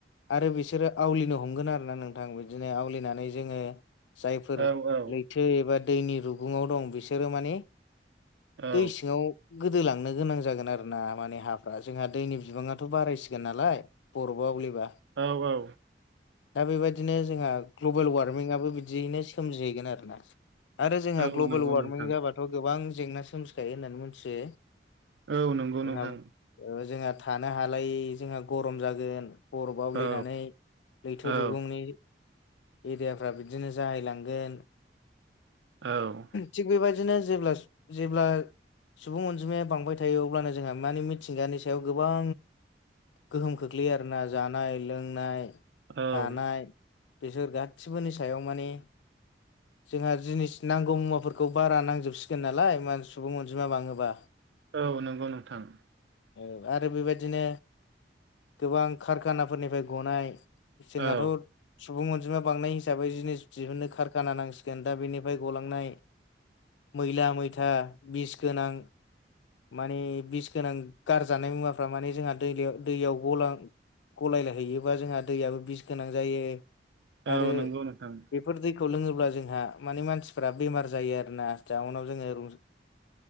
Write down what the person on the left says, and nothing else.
आरो बिसोरो आवलिनो हमगोन आरोना नोंथां बिदिनो आवलिनानै जोङो जायफोर
लैथो एबा दैनि रुगुङाव दं बिसोरो माने
दै सिङाव गोदोलांनो गोनां जागोन आरोना माने हाफ्रा जोंहा दैनि बिबाङाथ' बारायसिगोन नालाय। बरबा आवलिबा
दा बेबायदिनो जोंहा ग्लबेल वारमिङाबो बिदियैनो सोमजिहैगोन आरोना आरो जोंहा
ग्लबेल
वार
मिङाथ' गोबां जेंना सोमजिखायो होननानै मिथियो
जोंहा
ओ जोंहा थानो हालायै जोंहा गरम जागोन। बरफ आवलिनानै
लैथो
रुगुंनि एरियाफ्रा बिदिनो जाहैलांगोन
थिग बेबायदिनो जेब्ला जेब्ला सुबुं अनजिमाया बांबाय थायो अब्लानो जोंहा माने मिथिंगानि सायाव गोबां गोहोम खोख्लैयो आरोना जानाय लोंनाय
थानाय बिसोर गासिबोनि सायाव माने जोंहा जिनिस नांगौ मुवाफोरखौ बारा नांजोबसिगोन नालाय मा सुबुं अनजिमा बाङोबा
औ आरो बेबायदिनो गोबां कारखानाफोरनिफ्राय गनाय जोंहाथ'
सुबुं अनजिमा बांनाय हिसाबै जिनिस दिहुनो खार काना नांसिगोन दा बेनिफ्राय गलांनाय मैला मैथा बिस गोनां माने बिस गोनां गारजानाय मुवाफ्रा माने जोंहा दै दैयाव गलां गलायला हैयोबा जोंहा दैयाबो बिस गोनां जायो। आरो
बेफोर दैखौ लोङोब्ला जोंहा माने मानसिफ्रा बेमार जायो आरोना जााउनाव जोङो रु